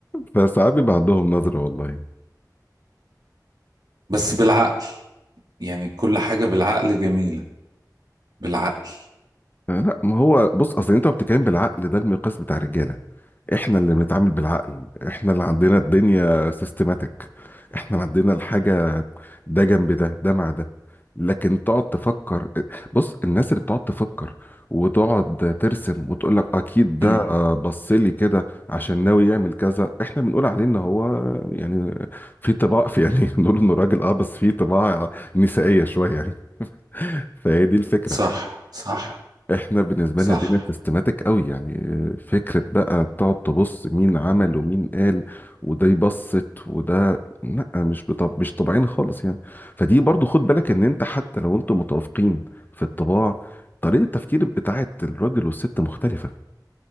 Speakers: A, on the left; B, on the right.
A: فساعات بيبقى عندهم نظرة والله
B: بس بالعقل يعني كل حاجة بالعقل جميلة بالعقل
A: آه، لا ما هو بص اصل انت بتتكلم بالعقل ده المقياس بتاع الرجاله احنا اللي بنتعامل بالعقل احنا اللي عندنا الدنيا سيستماتيك احنا اللي عندنا الحاجة ده جنب ده ده مع ده لكن تقعد تفكر بص الناس اللي بتقعد تفكر وتقعد ترسم وتقول لك اكيد ده
B: امم
A: بص لي كده عشان ناوي يعمل كذا احنا بنقول عليه ان هو يعني في طباع في يعني <laughs> بنقول انه راجل اه بس في طباع نسائية شوية يعني فهي دي الفكرة
B: صح صح
A: احنا بالنسبه
B: صح
A: لنا دينا سيستماتيك قوي يعني آه، فكره بقى تقعد تبص مين عمل ومين قال وده يبسط وده لا مش بطب... مش طبيعيين خالص يعني فدي برضو خد بالك ان انت حتى لو انتوا متوافقين في الطباع طريقه التفكير بتاعت الراجل والست مختلفه